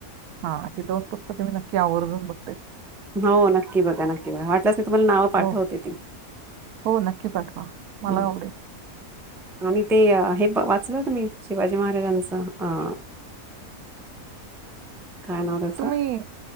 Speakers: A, on the right; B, in the centre.
A: हा ह दोन पुस्तकं मी नक्की आवर्जून बघ
B: हो नक्की बघा नक्की बघा वाटलंसी तुम्हाला नावं पाठवतील
A: हो हो नक्की पाठवा मला
B: हम्म.
A: आवडेल
B: आणि ते हे वाचलं तुम्ही शिवाजी महाराजांचं अ काय नावतस
A: तुम्ही